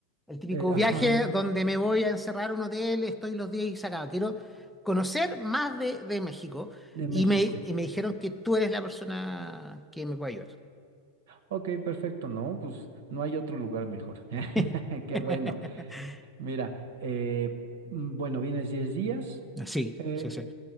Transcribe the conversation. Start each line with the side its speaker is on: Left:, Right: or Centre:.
Centre: el típico
Right: ajá,
Centre: viaje donde me voy a encerrar a un hotel, estoy los días y se acaba. Quiero conocer más de, de México
Right: de México.
Centre: y me, y me dijeron que tú eres la persona que me puede ayudar.
Right: Ok, perfecto. No, pues no hay otro lugar mejor. <laughs>
Centre: <laughs>
Right: Qué bueno. Mira, eh, mm, bueno, vienes 10 días.
Centre: Sí,
Right: Eh,
Centre: sí, sí.